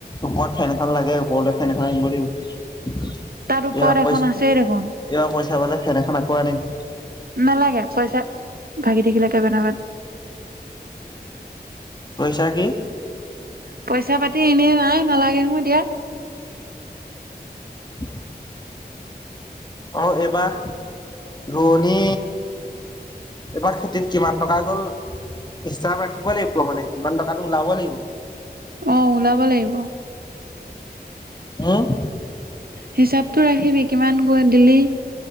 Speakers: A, on the left (about 25°); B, on the right (about 65°).
A: ওপৰত ফেন এখন লাগে ওপৰতে ফেন এখন আনিব। এইবাৰ
B: তাত ওপৰত এখন
A: পইচা,
B: আছেই দেখোন।
A: এইবাৰ পইচা পালে ফেন এখন আকৌ আনিম।
B: নালাগে পইচা ভাগি থাকিলেহে বনাবত।
A: পইচা কি।
B: পইচা পাতি এনেই নাই নালাগে হয় দিয়া।
A: <unintelligible> অ এইবাৰ। ৰোৱনী এবাৰ খেতিত কিমান টকা গ'ল। হিচাপ ৰাখিব লাগিব মানে সিমান টকাটো ওলাব লাগিব।
B: আহ ওলাব লাগিব।
A: ওম।
B: হিচাপটো ৰাখিবি কিমান গৈ দিলি